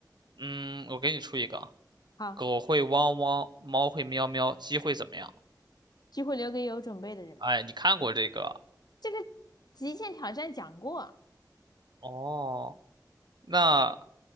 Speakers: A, on the right (about 75°); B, on the left (about 65°).
A: 嗯，我给你出一个啊，
B: 好，
A: 狗会汪汪，猫会喵喵，鸡会怎么样？
B: 机会留给有准备的人。
A: 哎，你看过这个？
B: 这个极限挑战讲过，
A: 哦，那